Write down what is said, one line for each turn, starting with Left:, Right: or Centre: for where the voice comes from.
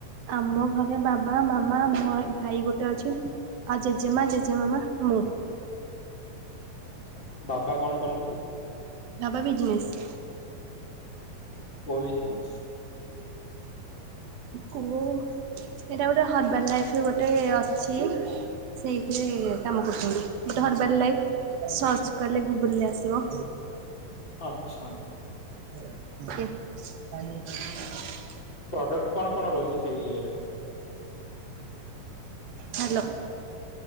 Right: ଆମ ଘରେ ବାବା ମାମା ଭୋ ଭାଇ ଗୋଟେ ଅଛି। ଆଉ ଜେଜେମା ଜେଜେମାମା ମୁଁ।
Left: ଛ ବାବା କଣ କରନ୍ତି?
Right: ବାପା ବିଜିନେସ୍।
Left: କୋଉ ବିଜନେସ୍?
Right: କୋଉ ଏଇଟା ଗୋଟେ ହରବାଲ ଲାଇଫ ଗୋଟେ ଅଛି ସେଇଥିରେ କାମ କରୁଚନ୍ତି ଗୋଟେ ହର୍ବାଲ ଲାଇଫ ସର୍ଚ୍ଚ କଲେ ଗୁଗୁଲ ରେ ଆସିବ
Left: ଆଚ୍ଛା।
Right: <unintelligible>
Left: ପ୍ରଡକ୍ଟ କଣ କଣ ରହୁଛି ସେଇ ଇଏରେ?
Right: ହାଲୋ।